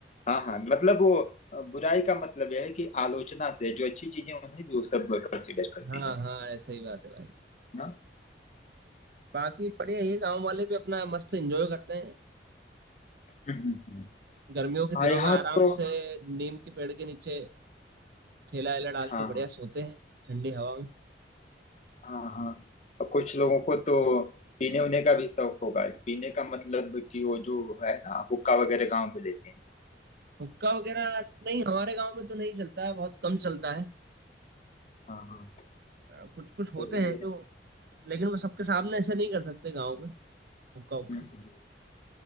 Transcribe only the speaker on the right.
हाँ
हाँ ऐसा ही बात है भाई
बाकी बढ़िया ये गांव वाले भी अपना मस्त एंजॉय करते हैं
गर्मियों के दिनों
में आराम
से नीम के पेड़ के नीचे ठेला वेला डाल
के बढ़िया
सोते हैं ठंडी हवा में
हुक्का वगैरह नहीं हमारे गांव में तो नहीं चलता है बहुत कम चलता है
आ, कुछ कुछ
होते हैं
जो लेकिन वो सबके सामने ऐसे नहीं कर सकते गाँव में हुक्का हुक्का